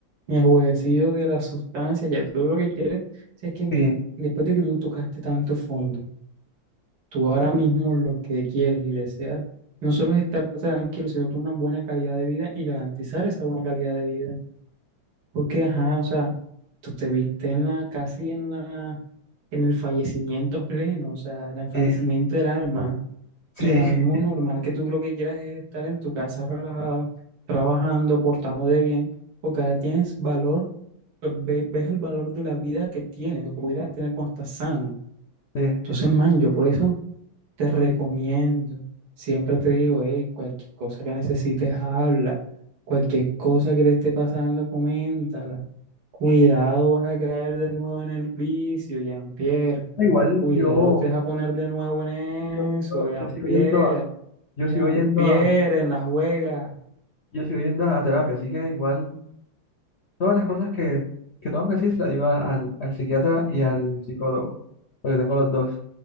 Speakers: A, on the right; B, on the left.
A: ni el jueguecillo de las sustancias, ya tú lo que quieres, si es que mira,
B: sí,
A: después de que tú tocaste tanto fondo, Tú ahora mismo lo que quieres y deseas no solo es estar tranquilo, sino tener una buena calidad de vida y garantizar esa buena calidad de vida. Porque, ajá, o sea, tú te viste en la, casi en la, en el fallecimiento pleno, o sea, en el fallecimiento
B: sí,
A: del alma.
B: sí,
A: Y ahora mismo
B: <laughs>
A: normal que tú lo que quieras es estar en tu casa relajado, trabajando, portándote bien, porque ahora tienes valor, pues, ve- ves el valor de la vida que tienes o que pudieras tener cuando estás sano.
B: sí.
A: Entonces, man, yo por eso te recomiendo. Siempre te digo, hey, cualquier cosa que necesites, habla. Cualquier cosa que te esté pasando, coméntala. Cuidado, vas a caer de nuevo en el vicio, Jean-Pierre.
B: Igual
A: Cuidado,
B: yo,
A: te vas a poner de nuevo en
B: yo, sigo-
A: eso, Jean-Pierre.
B: yo sigo yendo a, yo
A: Jean-Pierre,
B: sigo yendo a
A: en la juega.
B: yo sigo yendo a terapia, así que igual todas las cosas que, que tengo que decir se las digo a- al, al psiquiatra y al psicólogo, porque tengo los dos.